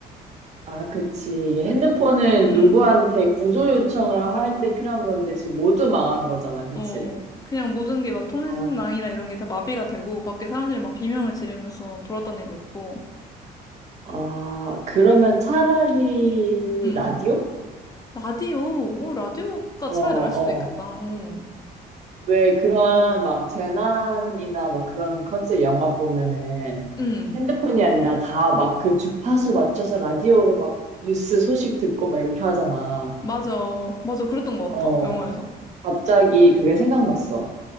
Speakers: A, on the right; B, on the left.
A: 아, 그치. 이게 핸드폰은
B: 음,
A: 누구한테 구조 요청을 할 때 필요한 건데 지금 모두 망한 거잖아. 그치?
B: 어, 그냥 모든 게 막 통신망이나
A: 아,
B: 이런 게 다 마비가 되고, 밖에 사람들이 막 비명을 지르면서 돌아다니고 있고,
A: 아, 그러면 차라리
B: 음,
A: 라디오?
B: 라디오, 오, 라디오가
A: 어,
B: 차라리
A: 어.
B: 나을 수도 있겠다, 어,
A: 왜 그런 막 재난이나 막 그런 컨셉 영화 보면은
B: 음,
A: 핸드폰이 아니라 다 막 그 주파수 맞춰서 라디오로 막 뉴스 소식 듣고 막 이렇게 하잖아.
B: 맞아, 맞아, 그랬던 것
A: 어,
B: 같아, 영화에서.
A: 갑자기 그게 생각났어.